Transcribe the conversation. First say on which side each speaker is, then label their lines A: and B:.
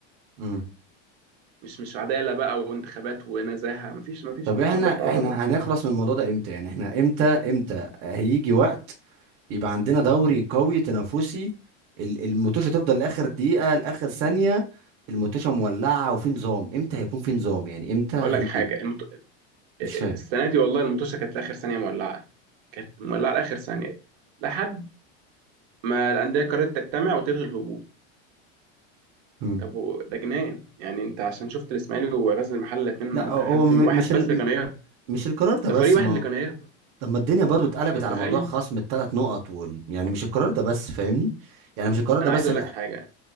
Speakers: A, on the right; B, on the right.
A: مم.
B: مش مش عدالة بقى وانتخابات ونزاهة مفيش مفيش
A: طب
B: المعنى
A: احنا
B: ده خالص
A: احنا هنخلص من الموضوع ده امتى يعني احنا امتى امتى هيجي وقت يبقى عندنا دوري قوي تنافسي ال- الموتوشة تفضل لاخر دقيقة لاخر ثانية الموتوشة مولعة وفي نظام امتى هيكون في نظام يعني امتى هيجي
B: أقول لك حاجة المت...
A: مش فاهم
B: السنه دي والله المطوشه كانت لاخر ثانيه مولعه كانت مولعه لاخر ثانيه لحد ما الانديه قررت تجتمع وتلغي الهبوط
A: مم.
B: طب و- ده جنان يعني انت عشان شفت الاسماعيلي وغزل المحله الاثنين ممكن
A: لا هو
B: حد فيهم
A: م-
B: واحد
A: مش
B: بس
A: ال...
B: اللي
A: م-
B: كان هيهبط
A: مش القرار ده
B: ده
A: بس
B: فريق واحد
A: ما
B: اللي كان هيهبط
A: طب ما الدنيا برضو اتقلبت
B: انت
A: على
B: متخيل
A: موضوع خصم الثلاث نقط وال... يعني مش القرار ده بس فاهمني يعني مش القرار ده
B: انا
A: بس
B: عايز اقول
A: اللي
B: لك حاجه